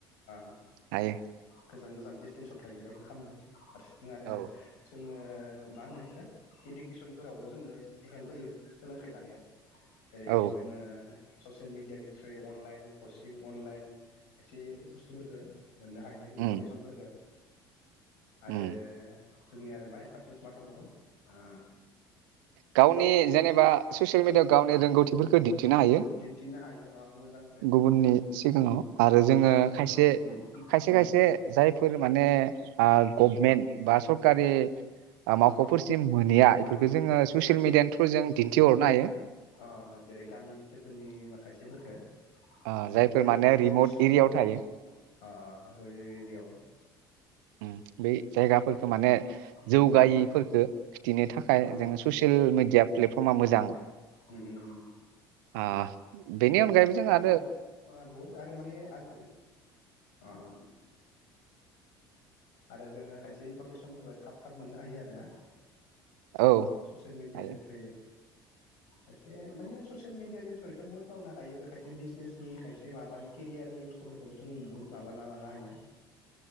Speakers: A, on the left; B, on the right.
A: ओ
B: हायो
A: गोजान गोजान डिस्टेन्सआव थायो बायदि खालामो हारस सिं आरो
B: औ
A: जोंनो ओ मा होनो एखो इडुकेसनफोरावबो जोंनो एसे हेल्प होयो सोलोंथाइ लानायाव। जेरै
B: औ
A: जोङो ससियेल मिडियानि थ्रुयै अनलाइन कचिं अनलाइन खायसे बुस्थुफोरखौ मोननो हायो।
B: उम
A: फरमेसनफोरखो आरो
B: उम
A: जोंनिया आरो मा एडभान्टेज मा थाबावगोन ओ
B: गावनि जेनेबा ससियेल मिडियाआव गावनि रोंगौथिफोर खो दिन्थिनो हायो
A: दिन्थिनो हायो ओ मोजां प्लेटफर्म
B: गुबुननि सिगाङाव आरो
A: सिगाङाव
B: जोङो खायसे
A: उम उम
B: खायसे खायसे जायफोर माने ओ गभमेन्ट बा सरकारि ओ मावख'फोरसिम
A: अ
B: मोनहैया बेफोरखौ
A: उम
B: जोङो ससियेल मिडियानि थ्रुयै जों दिन्थिहरनो हायो।
A: अ अ जेरै गामि बिथोरफोरनि माखासेफोरखो
B: ओ जायफोर
A: प्रब्लेमफोरखो
B: माने रिमट
A: इसुफोरखो
B: एरियायाव थायो
A: ओ रुरेल एरियायाव
B: उम बै जायगाफोरखौ माने
A: उम
B: जौगायैफोरखो
A: उम
B: खिथिनो थाखाय
A: उम
B: जोङो ससियेल मिडिया प्लेट फ्रमा मोजां।
A: उम उम उम
B: ओ बेनि अनगायैबो जोंहा
A: बे ओ बुहुत आरो माने आजि अ अ आरो जोङो खायसे इनफरमेसनफोरखौ थाब थाब मोननो हायो आरो।
B: औ
A: ससियेल मिडियानि
B: हायो
A: थ्रुयै खायसे माने ससियेल मिडियानि थ्रुयैथ' बुहुत मावनो हायो बे खायसे बिजनेसनि खायसे माबानि केरियारनि बुस्थुफोरखौबो जों बुहुत माबाना लानो हायो।